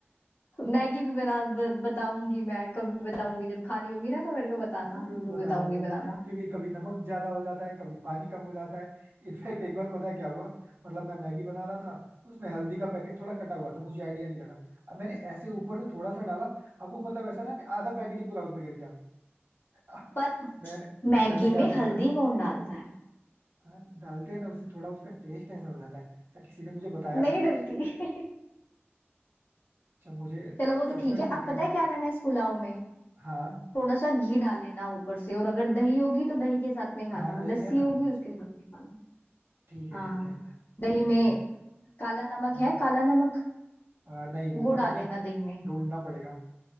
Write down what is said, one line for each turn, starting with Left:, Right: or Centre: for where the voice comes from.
Left: मैगी भी बना ब, बताऊंगी मैं कभी बताऊंगी जब खानी होगी ना तो मेरे को बताना
Right: जरूर
Left: वो
Right: बताना
Left: बताऊंगी
Right: जरूर
Left: बनाना
Right: क्योंकि कभी नमक ज्यादा हो जाता है कभी पानी कम हो जाता है इनफैक्ट एक बार पता है क्या हुआ मतलब मैं मैगी बना रहा था उसमें हल्दी का पैकेट थोड़ा कटा हुआ था मुझे आइडिया नहीं लगा अब मैंने ऐसे ऊपर से थोड़ा सा डाला अब वो मतलब ऐसा ना कि आधा पैकेट ही पूरा उसमें गिर गया <laughs>
Left: पर
Right: मैंने
Left: मैगी
Right: मैंने क्या
Left: में
Right: सोचा
Left: हल्दी
Right: ना
Left: कौन डालता है
Right: हाँ, डालते हैं ना उससे थोड़ा उसका टेस्ट ऐसा हो जाता है अच्छा किसी ने मुझे बताया
Left: नहीं
Right: था
Left: डलती <laughs>
Right: अच्छा मुझे
Left: चलो वो तो
Right: सच
Left: ठीक
Right: में
Left: है
Right: कुकिंग
Left: अब पता है
Right: का
Left: क्या करना है इस पुलाव में
Right: हाँ
Left: थोड़ा सा घी डाल लेना ऊपर से और अगर दही होगी तो दही के साथ में खाना
Right: हाँ दही
Left: लस्सी
Right: है ना
Left: होगी उसके साथ में खाना
Right: ठीक है
Left: हाँ
Right: ठीक है
Left: दही में
Right: Thank you
Left: काला नमक
Right: हाँ
Left: है काला नमक
Right: आ, नहीं वो
Left: वो
Right: पता
Left: डाल
Right: नहीं
Left: लेना दही में
Right: ढूंढना पड़ेगा